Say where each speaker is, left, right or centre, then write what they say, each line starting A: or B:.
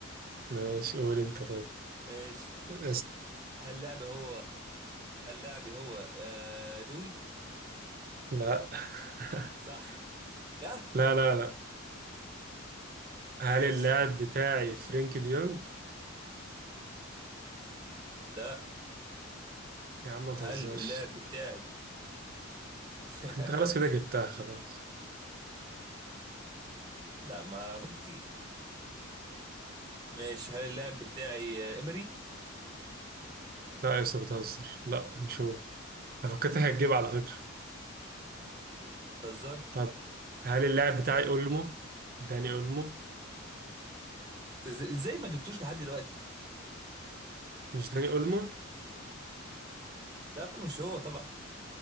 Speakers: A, on the right; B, on the right.
A: ماشي قول انت
B: ماشي
A: طيب
B: هل لعبي هو هل لعبي هو آه دوي
A: لا <laughs>
B: صح لا
A: لا لا لا
B: ماشي
A: هل اللاعب بتاعي فرينك ديونج؟
B: لا
A: يا عم ما تهزرش
B: هل اللاعب بتاعي <laughs>
A: انت خلاص كده جبتها خلاص
B: لا ما في كتير ماشي هل اللاعب بتاعي آه، امري
A: لا يا اسطى بتهزر لا مش هو انا فكرتك هتجيب على فكرة
B: تهزر
A: طب هل اللاعب بتاعي اولمو؟ داني اولمو؟
B: إز- ازاي ما جبتوش لحد دلوقتي
A: مش داني اولمو؟
B: لا مش هو طبعا